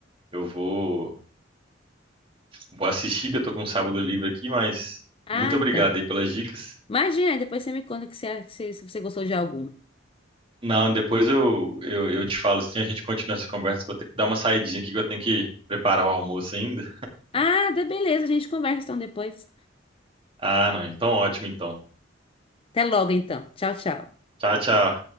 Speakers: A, on the right; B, on the left.
A: Eu vou, vou assistir, que eu tô com um sábado livre aqui, mas
B: Ah,
A: muito obrigado
B: então.
A: aí pelas dicas.
B: Imagina, aí depois você me conta que você- que você- se você gostou de alguma.
A: Não, depois eu, eu, eu te falo assim, a gente continua essa conversa. Vou ter que dar uma saidinha aqui que eu tenho que preparar o almoço ainda.
B: Ah, dá beleza, a gente conversa então depois.
A: Ah, não, então ótimo então.
B: Até logo então. Tchau, tchau.
A: Tchau, tchau.